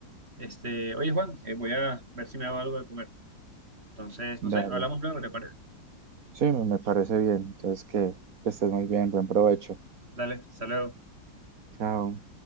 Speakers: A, on the right; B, on the right.
A: Este, oye Juan, eh, voy a ver si me hago algo de comer. Entonces,
B: Dale.
A: no sé, hablamos luego, ¿le parece?
B: Sí, me me parece bien. Entonces, que, que estés muy bien, buen provecho.
A: Dale, saludos.
B: Chao.